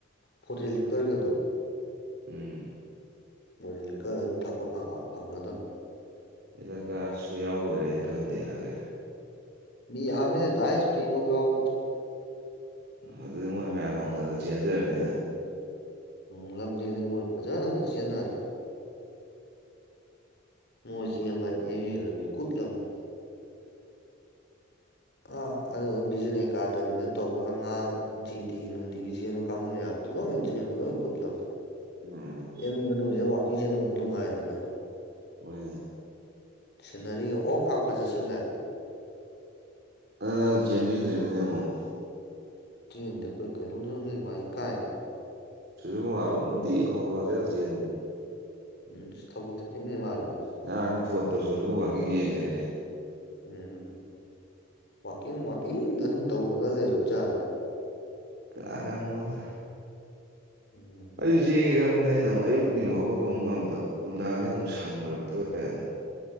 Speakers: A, on the left; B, on the right.
A: ꯐꯣꯔꯦꯟ ꯂꯤꯀꯔꯒꯗꯣ
B: ꯎꯝ
A: ꯐꯣꯔꯦꯟ ꯂꯤꯛꯀꯔ ꯑꯗꯨꯝ ꯊꯥꯛꯄ ꯐꯪꯒꯗꯕꯅꯤ
B: ꯀꯥꯂ꯭ꯁ ꯁꯨ ꯌꯥꯎꯕꯣꯢꯔꯦ ꯑꯩꯗꯤ ꯈꯪꯗꯦ ꯅꯥꯍꯟꯈꯩ
A: ꯃꯤ ꯌꯥꯝꯃꯤꯗ ꯗꯥꯏꯖꯁ ꯄꯤꯕꯧ ꯌꯥꯎꯕꯗꯣ
B: ꯑꯗꯨꯗꯤ ꯃꯣꯏ ꯃꯌꯥꯝ ꯍꯧꯅꯗꯅ ꯆꯦꯟꯖꯔꯅꯤ
A: ꯎꯝ ꯂꯝꯖꯦꯟꯗꯤ ꯃꯣꯏ ꯐꯖꯅ ꯆꯦꯟꯅꯔꯦ ꯃ ꯁꯤꯚꯥꯏ ꯑꯦꯃꯤ ꯂꯝꯃꯤ ꯀꯨꯠ ꯂꯝꯃꯤ ꯑ ꯑꯗꯨꯅ ꯕꯤꯖꯟ ꯑꯦꯀꯥꯗꯃꯤꯗ ꯇꯧꯕ ꯑꯉꯥꯡ ꯖꯤꯗꯤꯒꯤ ꯅꯨꯡꯗꯤꯒꯤ ꯆꯕ <unintelligible> ꯂꯣꯢ ꯀꯨꯠꯂꯝꯅꯤ
B: ꯎꯝ
A: ꯑꯦꯝ ꯌꯨ ꯃꯅꯨꯡꯁꯤꯅ ꯋꯥꯛꯀꯤꯡ ꯆꯦꯟꯕꯝ ꯑꯗꯨꯝ ꯅꯨꯡꯉꯥꯏꯗꯅ
B: ꯍꯣꯏꯅꯦ
A: ꯁꯤꯅꯔꯤꯒ ꯑꯣ ꯀꯥꯀ ꯐꯖꯁꯤꯜꯂꯦ
B: ꯑꯗꯣ ꯅꯪꯅ ꯆꯦꯟꯕꯤꯗ꯭ꯔꯤꯅꯤ ꯑꯃꯨꯛ
A: ꯆꯟꯗꯣꯏ <inaudible> ꯀ ꯃꯥꯏ ꯀꯥꯏ
B: ꯁꯨꯁꯤꯟꯒꯨꯃꯥꯔ ꯕꯥꯎ ꯅꯨꯡꯇꯤꯒꯤ ꯈꯨꯃꯥꯟ ꯂꯥꯝꯄꯥꯛ ꯆꯠꯂ ꯆꯦꯟꯕꯅꯦ
A: ꯎꯝ ꯑꯁ ꯊꯕꯛꯇꯤ ꯐꯩꯅꯦ ꯃꯥꯖꯨ
B: ꯉꯔꯥꯡꯖꯨ ꯐꯣꯟ ꯇꯧꯁꯤꯜꯂꯨꯕꯨ ꯋꯥꯀꯤꯡ ꯆꯦꯜꯂꯦ ꯍꯥꯏꯔꯛꯑꯦ
A: ꯎꯝ ꯋꯥꯛꯀꯤꯡ ꯋꯥꯥꯛꯀꯤꯡꯗ ꯑꯗꯨꯝ ꯇꯧꯔꯒ ꯂꯩꯔꯕꯖꯥꯠꯂꯥ
B: ꯀꯅꯥꯥ ꯈꯪꯕꯅꯣꯗ
A: ꯎꯝ
B: ꯑꯩꯁꯨ ꯆꯦꯟꯒꯦ ꯈꯟꯕꯅꯦ ꯑꯩꯅ ꯑꯃꯨꯛ ꯑꯌꯨꯛꯇꯤ ꯍꯧꯒꯠꯄ ꯑꯃꯨꯛ ꯉꯝꯗꯕ ꯅꯨꯡꯗꯥꯡꯖꯤꯅ ꯑꯃꯨꯛ ꯁꯪꯗ꯭ꯔꯕ ꯇꯣꯛꯑꯦ ꯑꯗꯨꯝ